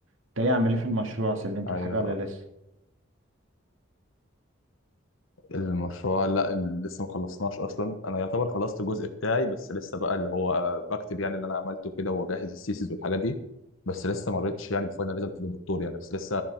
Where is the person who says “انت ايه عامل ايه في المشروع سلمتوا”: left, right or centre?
Right